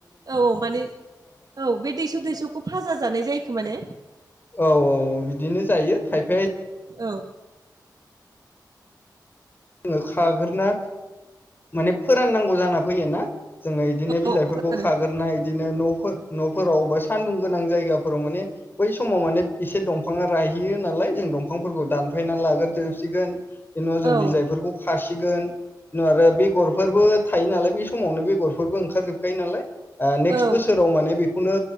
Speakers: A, on the right (about 55°); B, on the left (about 25°).
A: औ माने औ बे दैसब-दैसबखौ फाजा जानाय जायोखोमा ने?
B: औ-औ-औ बिदिनो जायो खायफाया
A: औ
B: जोङो खाग्रोनो माने फोराननांगौ जाना फैयो ना जोङो इदिनो बिलाइफोरखौ
A: औ खोनादो
B: खाग्रोना इदिनो न'फोर न'फोराव बा सानदुं गोनां जायगाफोराव माने बै समाव माने एसे दंफाङा राहैयो नालाय जों दंफांफोरखौ दानफायनानै लाग्रोजोबसिगोन। बिनि उनाव जों
A: औ
B: बिलाइफोरखौ खासिगोन, उनाव आरो बेगरफोरबो थायो नालाय बे समावनो बेगरफोरबो ओंखारजोबखायो नालाय। ओ नेक्स्ट
A: ओं
B: बोसोराव माने बे बेखौनो